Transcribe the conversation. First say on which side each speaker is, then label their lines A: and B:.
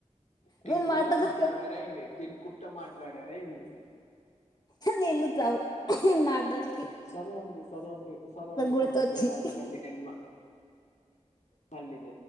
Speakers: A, on the left; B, on the left.
A: తినుకుంటా
B: నువ్వు మాట్లాడుతూ
A: మాట్లాడారా అండి తినుకుంటా మాట్లాడారా అడి
B: నిల్లు తగుల
A: సరే అండి సరే అండి సరే అండి
B: గుర్తొచ్చింది
A: కొంచెం రిలాక్స్గా అండి నేను మల్లిజ